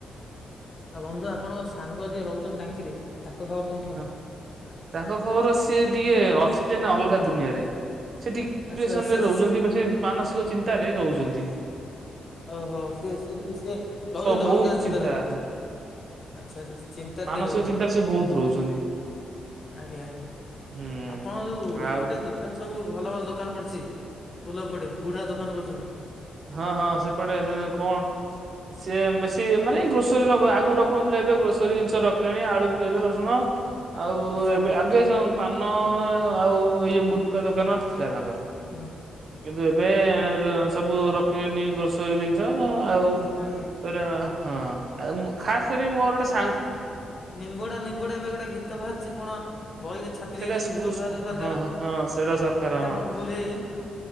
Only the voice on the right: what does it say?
ହ ତାଙ୍କ ଖବର ସିଏ ଟିକେ ଅଛି ଯେ ନା ଅଲଗା ଦୁନିଆରେ, ସେ ଟିକେ ଡିପ୍ରେସନରେ
ରହୁଚନ୍ତି, କି ସେ ମାନସିକ ଚିନ୍ତାରେ ରହୁଚନ୍ତି।
ବହୁତ
ଚିନ୍ତା ହଁ
ମାନସିକ
ଚିନ୍ତାରେ ସେ ବହୁତ ରହୁଛନ୍ତି।
ହୁଁ
ଆଉ
ହଁ ହଁ, ସେପଟେ ସେ କଣ ସିଏ, ବେଶି ମାନେ ଏଇ ଗ୍ରୋସରୀ ଆଗରୁ ରଖୁନଥିଲେ, ଏବେ ଗ୍ରୋସରୀ ଜିନିଷ ରଖିଲାଣି, ଆଳୁ ପିଆଜ ରସୁଣ। ଆଉ
ଏବେ ଆଗେ <unintelligible> ପାନ ଆଉ ଏଇ ଯଉ ଗୁଟକା ଦୋକାନ ଥିଲା ତାଙ୍କର। କିନ୍ତୁ
ଏବେ ସବୁ ରଖିଚନି ଗ୍ରୋସରି ଜିନିଷ ଆଉ,
<unintelligible> ହଁ, ଖାସ କରି ମୋର ଗୋଟେ ସାଙ୍ଗ
ସେଇଟା
ସ୍କୁ
ସ୍କୁ,
ହଁ ହଁ ସେଇଟା ସରକାର
ହଁ